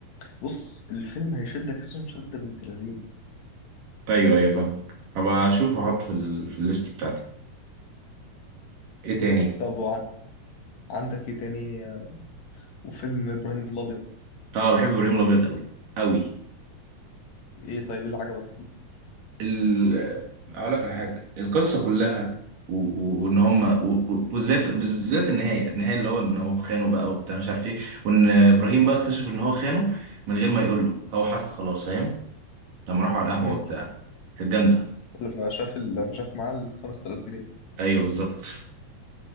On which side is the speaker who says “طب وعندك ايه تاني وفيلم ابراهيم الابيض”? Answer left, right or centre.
Left